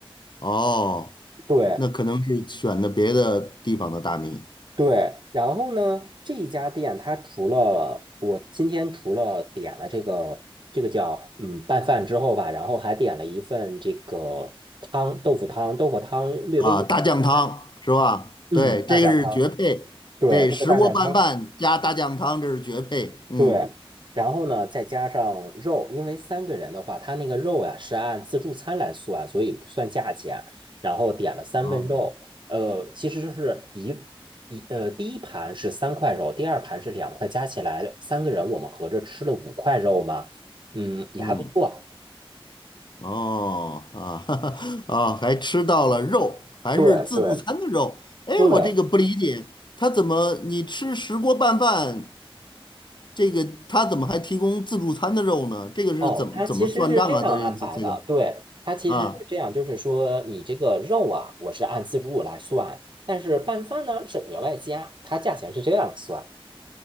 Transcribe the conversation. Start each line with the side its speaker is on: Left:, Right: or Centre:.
Left: 哦，
Right: 对
Left: 那可能是选的别的地方的大米，
Right: 对。然后呢，这一家店它除了我今天除了点了这个这个叫嗯拌饭之后吧，然后还点了一份这个汤豆腐汤，豆腐汤略微有点辣，
Left: 啊，大酱汤是吧？
Right: 嗯，
Left: 对，
Right: 大酱汤。
Left: 这个是绝配，
Right: 对，
Left: 对，
Right: 这个大酱汤，
Left: 石锅拌饭加大酱汤，这是绝配。嗯，
Right: 对，然后呢，再加上肉，因为三个人的话，他那个肉呀是按自助餐来算，所以不算价钱。然后点了三份肉，
Left: 哦，
Right: 呃，其实就是一一呃，第一盘是三块肉，第二盘是两块，加起来三个人我们合着吃了五块肉嘛，嗯，也还不错。
Left: 嗯，哦，啊，<laughs> 啊，还吃到了肉，还是自助餐的肉。
Right: 对对
Left: 哎，
Right: 对，
Left: 我这个不理解，他怎么你吃石锅拌饭，这个他怎么还提供自助餐的肉呢？这个是怎么怎么算账啊？
Right: 哦，它其实是这样安排的，
Left: 这个这这个
Right: 对，它其实是这样，
Left: 啊，
Right: 就是说你这个肉啊，我是按自助来算，但是拌饭呢是额外加，它价钱是这样算。